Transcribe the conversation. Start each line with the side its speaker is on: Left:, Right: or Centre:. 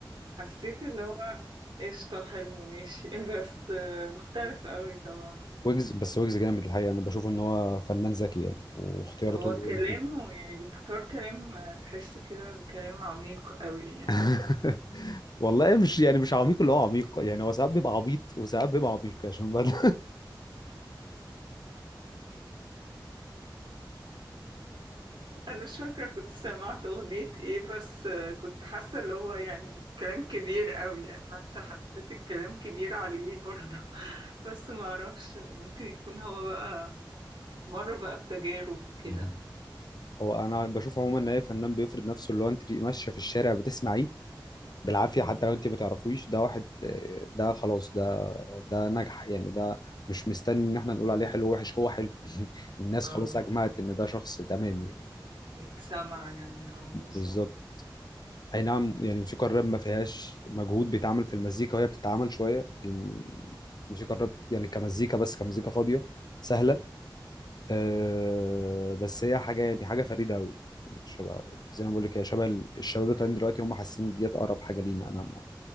Right: فحسيت اللي هو قشطة حلو ماشي <laughs> بس آه، مختلف قوي طبعا
Left: ويجز بس ويجز جامد الحقيقه انا بشوف ان هو فنان ذكي يعني واختياراته
Right: هو كلامه
Left: لطيفه
Right: يعني بيختار كلام آه، تحس كده الكلام عميق قوي يعني.
Left: <laughs> والله مش يعني مش عميق اللي هو عميق يعني هو ساعات بيبقى عبيط وساعات بيبقى عميق عشان بد...
Right: انا مش فاكره كنت سمعت اغنيه ايه بس آه، كنت حاسه اللي هو يعني كلام كبير قوي يعني حتى حسيت الكلام كبير عليه برضه <laughs> بس ما اعرفش ممكن يكون هو بقى مر بقى بتجارب وكده
Left: <laughs> هو انا بشوف عموما ان اي فنان بيفرض نفسه اللي هو انت بتبقي ماشيه في الشارع بتسمعيه بالعافيه
Right: مم.
Left: حتى لو انت ما تعرفوش ده واحد ده خلاص ده ده نجح يعني ده مش مستني ان احنا نقول عليه حلو وحش هو حلو <laughs> الناس
Right: اه
Left: خلاص اجمعت ان ده شخص تمام يعني
Right: يتسمع يعني اه بالظبط
Left: بالظبط اي نعم يعني الموسيقى الراب ما فيهاش مجهود بيتعمل في المزيكا وهي بتتعمل شويه الموسيقى الراب يعني كمزيكا بس كمزيكا فاضيه سهله أه بس هي حاجه يعني حاجه فريده قوي شبه زي ما بقول لك هي شبه الشباب الطالعين دلوقتي هم حاسين ديت اقرب حاجه لينا انا مع